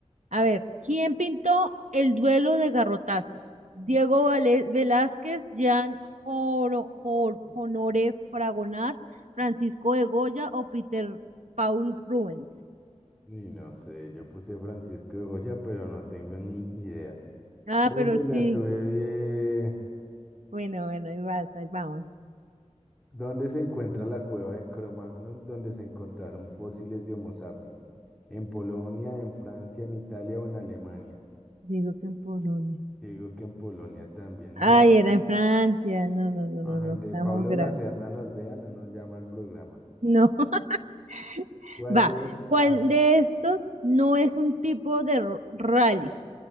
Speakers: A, on the right; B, in the centre.
A: A ver, ¿quién pintó el duelo de garrotazos? Diego Vale- Velázquez, Jean Joro- Jor- Honoré Fragonard, Francisco de Goya o Peter Paul Rubens.
B: Y no sé, yo puse Francisco de Goya, pero no tengo ni idea.
A: Ah,
B: Uy,
A: pero
B: la
A: sí.
B: tuve bien.
A: Bueno, bueno, ahí vas, ahí vamos.
B: ¿Dónde se encuentra la cueva de Cro-Magnon, donde se encontraron fósiles de Homo sapiens? ¿En Polonia, en Francia, en Italia o en Alemania?
A: Digo que en Polonia.
B: Digo que en Polonia también.
A: Ay,
B: No.
A: era en Francia. No, no, no,
B: A
A: no, no,
B: Donde
A: estamos
B: Pablo
A: graves.
B: Lacerna nos vea, no nos llama al programa.
A: No. <laughs>
B: ¿Cuál
A: Va,
B: de...? es?
A: ¿cuál
B: Ah, te
A: de
B: toca.
A: estos no es un tipo de r- rally?